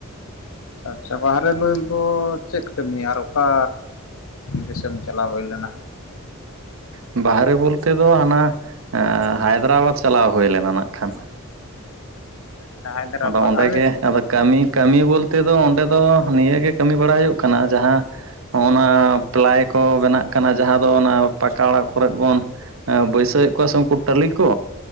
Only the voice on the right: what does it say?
ᱵᱟᱦᱨᱮ ᱵᱚᱞᱛᱮ ᱫᱚ ᱦᱟᱱᱟ ᱮᱸ ᱦᱟᱭᱫᱨᱟᱵᱟᱫᱽ ᱪᱟᱞᱟᱣ ᱦᱩᱭ ᱞᱮᱱᱟ ᱱᱟᱜ ᱠᱷᱟᱱ᱾
ᱟᱫᱚ ᱚᱸᱰᱮ
ᱜᱮ
ᱟᱫᱚ
ᱠᱟᱹᱢᱤ ᱠᱟᱹᱢᱤ ᱵᱚᱞᱛᱮ ᱫᱚ ᱚᱸᱰᱮ ᱫᱚ ᱱᱤᱭᱟᱹ ᱜᱮ ᱠᱟᱹᱢᱤ ᱵᱟᱲᱟ ᱦᱩᱭᱩᱜ ᱠᱟᱱᱟ ᱡᱟᱦᱟᱸ ᱦᱚᱸᱜᱼᱚ ᱱᱟ ᱯᱞᱟᱭ ᱠᱚ ᱵᱮᱱᱟᱜ ᱠᱟᱱᱟ ᱡᱟᱦᱟᱸ ᱫᱚ ᱚᱱᱟ ᱯᱟᱠᱟ ᱚᱲᱟᱜ ᱠᱚᱨᱮᱫ ᱵᱚᱱ ᱦᱮᱸ ᱵᱟᱹᱭᱥᱟᱹᱭᱣᱮᱫ ᱠᱚᱣᱟ ᱥᱮ ᱩᱱᱠᱩ ᱴᱟᱹᱟᱞᱤ ᱠᱚ,